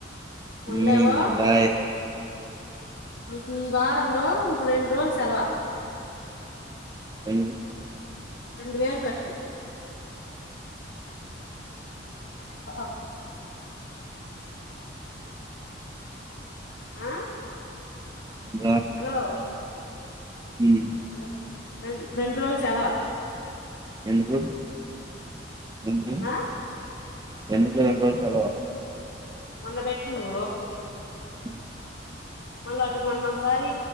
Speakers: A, on the left; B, on the right.
A: ఉండలేవు
B: ఉమ్ రాయ్
A: నికి వారంలో రెండు రోజులు సేలవా
B: ఎందుకు
A: రెండు వేలు కట్ ఆహా ఆ
B: నేను రాను.
A: హలో
B: ఉమ్
A: హలో రెన్ రెండు రోజులు సేలవా
B: ఎందుకు ఎందుకు
A: ఆ
B: ఎందుకు రెండు రోజులు పేరు సెలవు
A: మొన్న పెట్నవు
B: మ్
A: మళ్ళీ అటు మొన్న ఒకసారి